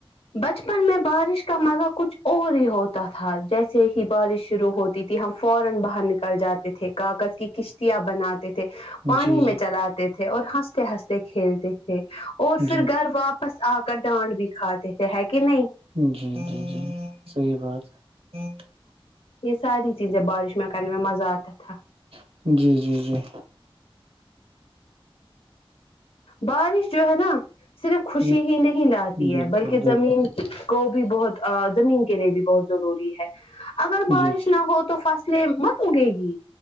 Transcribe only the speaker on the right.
جی،
جی،
جی جی جی صحیح بات ہے ہ <unintelligible>
ہے۔ جی، جی، جی،
یہ-
بالکل،
بالکل،
جی،